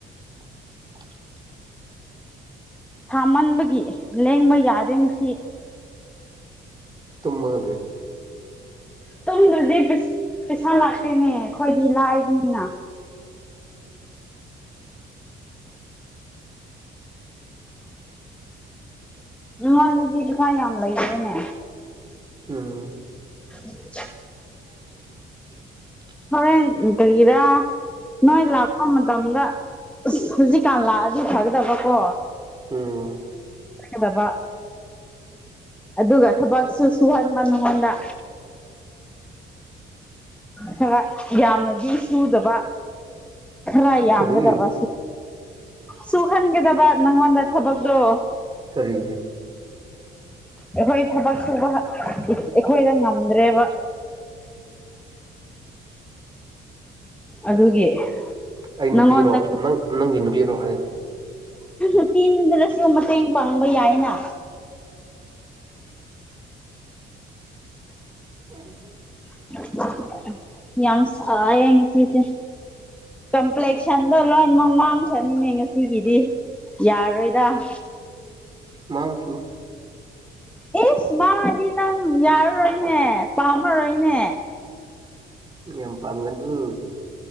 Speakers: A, on the right; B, in the centre.
A: <unintelligible>
B: ꯊꯥꯃꯟꯕꯒꯤ ꯂꯦꯡꯕ ꯌꯥꯗꯣꯏ ꯉꯁꯤ
A: ꯇꯨꯝꯃ ꯂꯩ
B: ꯇꯨꯡꯗꯗꯤ ꯄꯩꯁꯥ ꯂꯥꯛꯇꯦꯅꯦ ꯑꯩꯈꯣꯏꯗꯤ ꯂꯥꯏꯕꯅꯤꯅ ꯃꯜꯖꯤꯗꯨ ꯐ ꯌꯥꯝ ꯌꯥꯝ ꯂꯩꯔꯅꯦ
A: ꯎꯝ
B: <unintelligible>
A: <unintelligible>
B: ꯍꯣꯔꯦꯟ ꯀꯔꯤꯒꯤꯔꯥ ꯅꯣꯏ ꯂꯥꯛꯄ ꯃꯇꯝꯗ ꯑꯁ ꯍꯧꯖꯤꯛꯀꯥꯟ ꯂꯥꯛꯑꯁꯨ ꯐꯒꯗꯕꯀꯣ
A: ꯑꯣ
B: ꯒꯗꯕ ꯑꯗꯨꯒ ꯊꯕꯛꯁꯨ ꯁꯨꯍꯟꯕꯉꯣꯟꯗ ꯈ ꯌꯥꯝꯅꯗꯤ ꯁꯨꯗꯕ ꯈ ꯌꯥꯝꯅꯗꯔꯕꯥ
A: ꯀꯔꯤ
B: ꯁ ꯁꯨꯍꯟꯒꯗꯕ ꯅꯪꯉꯣꯟꯗ ꯊꯕꯛꯇꯣ
A: ꯀꯔꯤ
B: ꯑꯩꯈꯣꯏ ꯊꯕꯛ ꯁꯨꯕ ꯑꯩꯈꯣꯏꯗ ꯉꯝꯗ꯭ꯔꯦꯕ ꯑꯗꯨꯒꯤ
A: ꯑꯩ ꯅꯨꯄꯤꯔꯣ
B: ꯅꯪꯉꯣꯟꯗ
A: ꯅꯪ ꯅꯪꯒꯤ ꯅꯨꯄꯤꯔꯣ ꯑꯩ
B: ꯑ ꯇꯤꯟꯗ꯭ꯔꯁꯨ ꯃꯇꯦꯡ ꯄꯥꯡꯕ ꯌꯥꯏꯅ
A: ꯎꯝ
B: <unintelligible> ꯌꯥꯝ ꯁ ꯌꯦꯁꯤꯁꯦ ꯀꯝꯄ꯭ꯂꯦꯛꯁꯟꯗꯣ ꯂꯣꯏꯅꯃꯛ ꯃꯥꯡꯈ꯭ꯔꯅꯤꯉ ꯉꯁꯤꯒꯤꯗꯤ ꯌꯥꯔꯣꯏꯗ
A: ꯃꯥꯥꯡꯁꯨ
B: ꯑꯦꯁ ꯃꯥꯗꯤ ꯅꯪ ꯌꯥꯔꯔꯣꯏꯅꯦ ꯄꯥꯝꯃꯔꯣꯏꯅꯦ
A: ꯌꯥꯝ ꯄꯥꯝꯒꯅꯤ